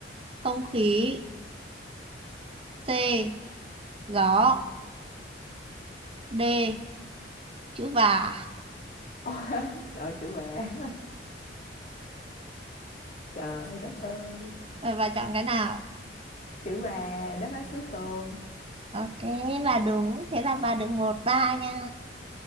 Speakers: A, on the right; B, on the left.
A: không khí c gió d chữ và
B: <laughs> trời ơi, chữ bà trời đất ơi
A: Rồi bà chọn cái nào
B: chữ bà đáp án cuối cùng
A: ok là đúng thế là bà được một ba nha